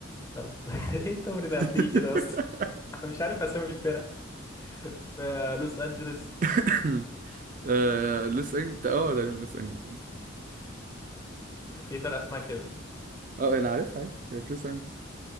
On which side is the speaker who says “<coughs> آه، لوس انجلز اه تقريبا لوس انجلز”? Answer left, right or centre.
Right